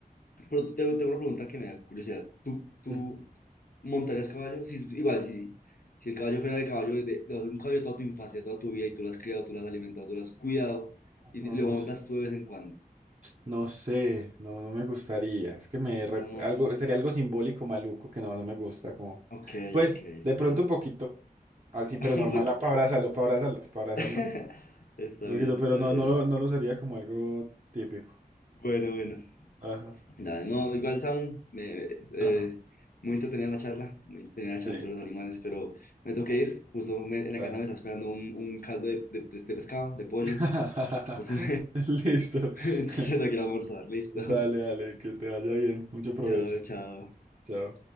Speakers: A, on the left; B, on the right.
A: Pero te- tengo una pregunta que me da curiosidad. ¿Tú,
B: mal.
A: tú
B: Exacto.
A: ¿Montarías caballo? Si, igual, si, si el caballo fuera de caballo, de, de- de un caballo toda tu infancia, toda tu vida, y tú lo has criado, tú lo has alimentado, tú lo has cuidado, y
B: No,
A: te- lo
B: no,
A: montas
B: s-
A: tú de vez en cuando.
B: no sé, no, no me gustaría. Es que me rep-
A: vamos.
B: algo, sería algo simbólico maluco que no, no me gusta. Como,
A: mon- ok,
B: pues,
A: ok, está
B: de pronto
A: bien.
B: un poquito, así, pero
A: <laughs> Un
B: normal,
A: poquito.
B: para abrazarlo, para abrazarlo, para abrazarlo.
A: <laughs> Está
B: Un
A: bien,
B: poquito,
A: está
B: pero no,
A: bien.
B: no lo, no lo usaría como algo típico.
A: Bueno, bueno.
B: Ajá.
A: Dale, no, igual, Samu, me, eh,
B: Ajá.
A: muy entretenida la charla, muy entretenida la
B: Sí,
A: charla sobre los animales, pero me tengo que ir. Justo me- en la
B: dale.
A: casa me está esperando un, un caldo de, de de este pescado, de pollo.
B: <laughs>
A: Entonces
B: Listo.
A: me,
B: <laughs>
A: <laughs> se tengo que ir a almorzar, listo.
B: Dale, dale, que te vaya bien. Mucho provecho.
A: Chao, chao.
B: Chao.